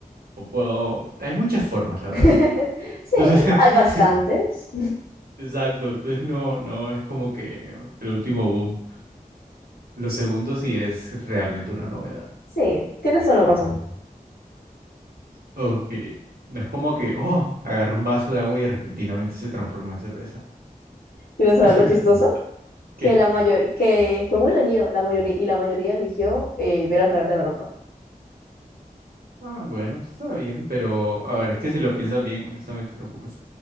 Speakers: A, on the right; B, on the left.
A: o puedo... Hay muchas formas, la verdad.
B: <laughs> Sí,
A: Entonces, <laughs>
B: hay bastantes.
A: Exacto, <laughs> entonces no, no es como que el último boom. Lo segundo sí es realmente una novedad.
B: Sí, tienes toda la razón.
A: Ok, no es como que, oh, agarró un vaso de agua y repentinamente se transformó en cerveza.
B: ¿Quieres saber
A: <laughs>
B: lo chistoso?
A: ¿Qué?
B: Que la mayor, que fue muy reñido, la mayoría y la mayoría eligió eh, ver a través de la ropa.
A: Ah, bueno, pues está bien, pero a ver, es que si lo piensas bien, honestamente tampoco es